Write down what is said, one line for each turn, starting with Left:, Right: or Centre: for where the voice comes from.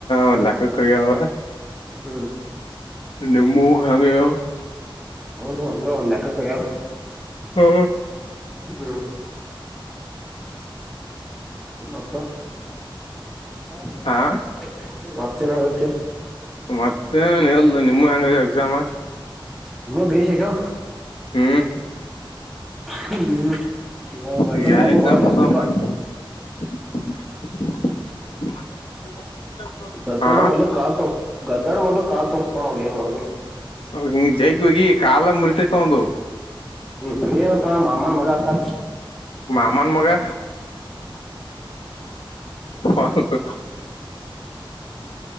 Left: ಒಂದ ಲೆಕ್ಕಕ್ಕ ಹೋಗ್ಯಾವ.
Centre: ಹ್ಮು
Left: ನಿಮ್ಮು ಹಂಗ ಆಗ್ಯಾವು.
Centre: ಹ ಹಂಗ ಒಂದ ಲಕ್ಕಕ್ ಆಗ್ಯಾವ.
Left: ಹ
Centre: ಹ್ಮು ಮತ್ತ <unintelligible>
Left: ಆ
Centre: ಮತ್ತೆ ಏನ್ ನಡದತ್ತಿ.
Left: ಮತ್ತೇನ್ ಇಲ್ಲ್ ನಿಮ್ಮು ಹೆಂಗ ಎಕ್ಸಾಮ.
Centre: ಹಂಗ್ ಭೇಷ್ ಆಗ್ಯಾವ್.
Left: ಹ್ಮ್
Centre: ಹ್ಮು ಗಡ್ಡದ
Left: ಈಗ ಯಾ
Centre: ಮಲ್ಲು
Left: ಎಕ್ಸಾಮ್
Centre: ಬಾಳ ಬೇರಿಕಪಾ.
Left: ಮುಗ್ದಾವ ಮನ್ <inaudible>
Centre: ಗದ್ದಾಡ
Left: ಹಾ
Centre: ಮಲ್ಲು ಕಾಲ್ತೊ ಗದ್ದಾಡು ಮಲ್ಲು ಕಾಲ್ ತೋರಿಸ್ತಾನ್ ನೋಡ ಏನ್ ಮಾಡೋದು.
Left: ಹೌ ಹಿ ಜೈ. ಗಿ ಹೋಗಿ ಕಾಲ ಮುರಿತೈತ ಅವಂದು.
Centre: ಸರಿ ಏನಪ್ಪ ಮಾಮಾನ ಮಗ ಆತಾನ.
Left: ಮಾಮಾನ್ ಮಗಾ. ಒಂದ್